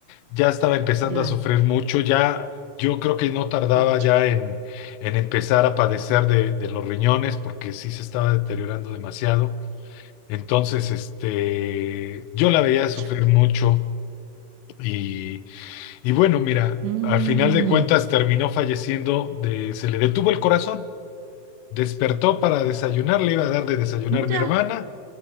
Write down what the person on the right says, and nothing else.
ya,
pucha.
Pucha.
Mm,
mira,